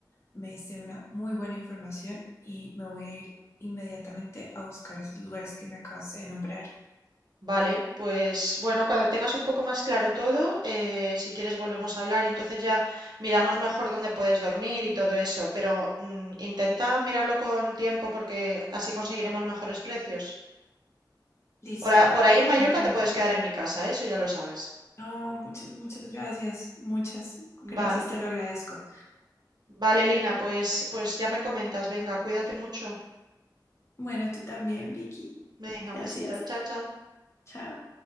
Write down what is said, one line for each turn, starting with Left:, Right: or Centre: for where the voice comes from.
Left: Me diste una muy buena información y me voy a ir inmediatamente a buscar esos lugares que me acabaste de nombrar.
Right: Vale, pues bueno, cuando tengas un poco más claro todo, eh, si quieres volvemos a hablar y entonces ya miramos mejor dónde puedes dormir y todo eso, pero mm, intenta mirarlo con tiempo porque así conseguiremos mejores precios.
Left: Listo,
Right: Por, a- por ahí en Mallorca
Left: me encanta.
Right: te puedes quedar en mi casa, ¿eh? Eso ya lo sabes.
Left: Oh, muchas, muchas gracias. Muchas gracias,
Right: Vale,
Left: te lo agradezco.
Right: vale, Lina, pues, pues ya me comentas, venga, cuídate mucho.
Left: Bueno, tú también, Vicky.
Right: Venga,
Left: Gracias.
Right: un besito, chao, chao.
Left: Chao.